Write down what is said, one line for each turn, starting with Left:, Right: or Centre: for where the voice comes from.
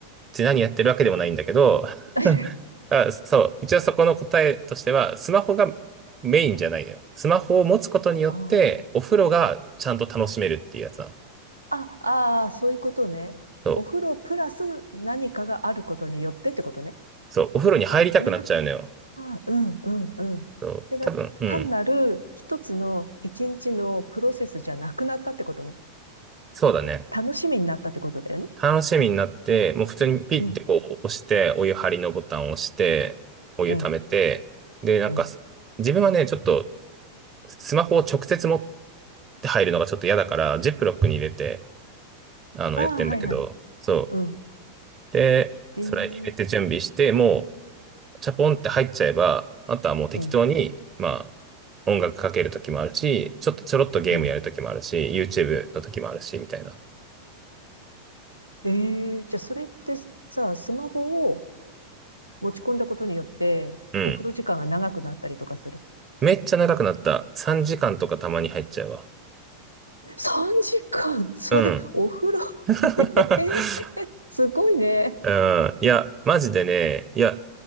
Right: で、何やってるわけでもないんだけど、
Left: <laughs>
Right: あ、そう。一応そこの答えとしては、スマホがメインじゃないのよ。スマホを持つことによって、
Left: あ
Right: お風呂がちゃんと楽しめるっていうやつなの。
Left: あ、あああ、そういうことね。
Right: そう。
Left: お風呂プラス何かがあることによってってことね。
Right: そう。お風呂に入りたくなっちゃうのよ。
Left: ああ、うん、うん、うん。それが単なる一つの一日のプロセスじゃなくなったってことね。
Right: そう、多分、うん。そうだね。
Left: 楽しみになったってことだよね。
Right: 楽しみになって、もう普通にピッてこう押して、
Left: うん、
Right: お湯張りのボタンを押して、お湯溜めて、
Left: うん、
Right: で、なんか
Left: うん。
Right: 自分はね、ちょっと、スマホを直接持って入るのがちょっと嫌だから、ジップロックに入れて、あの、
Left: ああ、
Right: やってんだけど、
Left: はいはい。
Right: そう。
Left: うん。
Right: で、
Left: ええ
Right: それ入れて準備して、もう、チャポンって入っちゃえば、あとはもう適当に、
Left: うん、
Right: まあ、音楽かけるときもあるし、ちょっとちょろっとゲームやるときもあるし、
Left: うん。
Right: YouTube のときもあるし、みたいな。
Left: ええじゃあそれってさ、スマホを持ち込んだことによって、
Right: うん。
Left: お風呂時間が長くなったりとかする。
Right: めっちゃ長くなった。3時間とかたまに入っちゃうわ。
Left: 3時間それ、
Right: うん。
Left: お風呂
Right: <laughs>
Left: <laughs> ええすごいね。
Right: うん。いや、マジでね、いや、